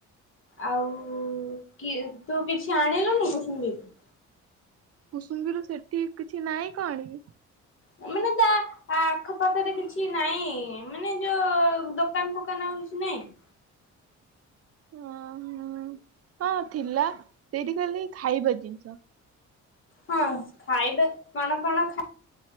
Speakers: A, on the left; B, on the right.
A: ଆଉ କି ତୁ କିଛି ଆଣିଲୁନି କୁସୁମ୍ବି ରୁ।
B: କୁସୁମ୍ୱିରୁ ସେଠି କିଛି ନାହିଁ କଣ ଆଣିବି।
A: ମାନେ ତା ଆ ଆଖପାଖରେ କିଛି ନାଇଁ ମାନେ ଜୋ ଯୋଉ ଦୋକାନ ଫୋ ଫୋକାନ କିଛି ନାଇଁ। <inaudible>
B: ହଁ ହଁ ହଁ ଥିଲା ସେଇଠି ଖାଲି ଖାଇବା ଜିନିଷ।
A: ହଁ ଖାଇବା କଣ କଣ ଖାଇ